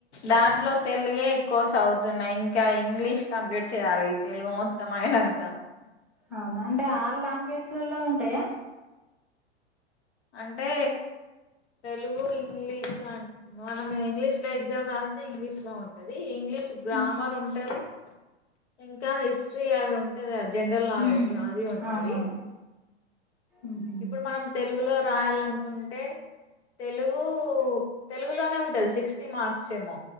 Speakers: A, on the left; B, in the centre.
A: దాంట్లో తెలుగే ఎక్కువ చదువుతున్నాయి ఇంకా ఇంగ్లీష్ కంప్లీట్ చేయాలి తెలుగు మొత్తము అయినంకా
B: అవునా అంటే ఆల్ లాంగ్వేజ్లలో ఉంటాయా
A: అంటే తెలుగు ఇంగ్లీషు మనం ఇంగ్లీష్ లో ఎగ్జామ్ రాస్తే ఇంగ్లీష్ లో ఉంటది ఇంగ్లీష్ గ్రామర్
B: ఉమ్
A: ఉంటది ఇంకా హిస్టరీ అది ఉంటది అది జనరల్ నాలెడ్జ్
B: ఉమ్
A: అది ఉంటది
B: అవునవును ఉహు.
A: ఇప్పుడు మనం తెలుగులో రాయాలనుకుంటే తెలుగు తెలుగులోనే ఉంటది సిక్స్టీ మార్క్స్ ఏమో